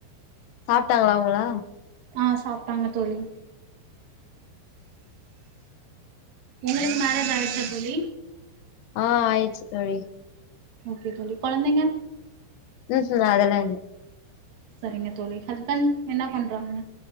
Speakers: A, on the left (about 85°); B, on the right (about 55°).
A: சாப்ட்டாங்களா அவுங்களா
B: ஆ சாப்டாங்க தோழி உங்களுக்கு மேரேஜ் ஆயிடுச்சா தோழி
A: ஆ ஆயிருச்சு தோழி
B: ஓகே தோழி கொழந்தைங்க
A: <unintelligible> அதெல்லா இல்ல
B: சரிங்க தோழி ஹஸ்பண்ட் என்ன பண்றாங்க